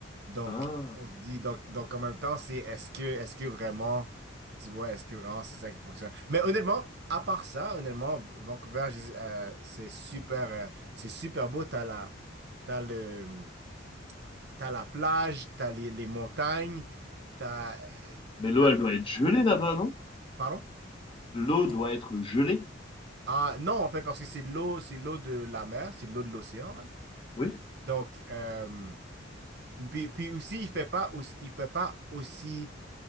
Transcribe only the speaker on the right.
Donc,
on se dit, donc, donc en même temps, c'est est-ce que, est-ce que vraiment, tu vois, est-ce que vraiment c'est ça qui fonctionne? Mais honnêtement, à part ça, honnêtement, Vancouver, je- euh, c'est super, euh, c'est super beau. T'as la, t'as le, t'as la plage, t'as les, les montagnes, t'as, euh,
t'as-
pardon?
Ah, non, en fait, parce que c'est de l'eau, c'est de l'eau de la mer, c'est de l'eau de l'océan, là.
Donc, euh, puis, puis aussi, il fait pas aussi, il fait pas aussi,